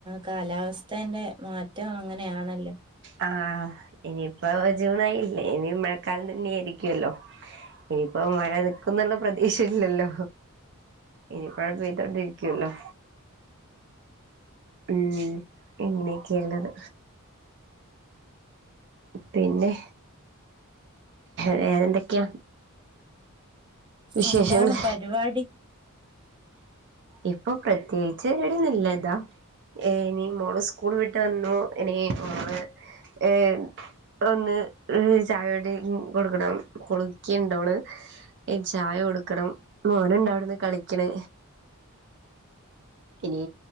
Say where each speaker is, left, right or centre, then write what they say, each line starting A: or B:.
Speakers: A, on the right (about 20°); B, on the right (about 55°).
A: കാലാവസ്ഥേന്റെ മാറ്റം അങ്ങനെയാണല്ലോ.
B: ആ ഇനിയിപ്പോ ജൂണായില്ലേ ഇനി മഴക്കാലം തന്നെ ആയിരിക്കുവല്ലോ ഇനിയിപ്പോ മഴ നിക്കൂന്നുള്ള പ്രതീക്ഷയില്ലല്ലോ ഇനിയിപ്പോഴെ പെയ്തോണ്ടിരിക്കുവല്ലോ ഉം.. ഇങ്ങനെയൊക്കെയുള്ളത് പിന്നെ വേറെ എന്തൊക്കെയാ വിശേഷങ്ങള്?
A: എന്താണ് പരിപാടി
B: ഇപ്പൊ പ്രത്യേകിച്ച് വിടൊന്നുല്ലതോ ഏ ഇനി മോളുസ്കൂൾ വിട്ടുവന്നു ഇനി മോള് ഏ. ഒന്ന് ഛായ കടി കൊടുക്കണം. കുളിക്കിണ്ടോള് ഇ ഛായ കൊടുക്കണം. മോനുണ്ടവടെന്ന് കളിക്കണ് ഇനി